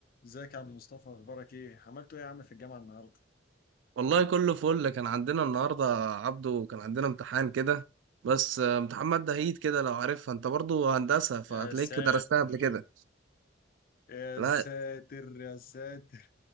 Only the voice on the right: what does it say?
والله كله فل كان عندنا النهارده عبده كان عندنا امتحان كده بس آه، امتحان مادة عيد كده لو عارفها انت برضو هندسة فهتلاقيك
درستها قبل كده
لا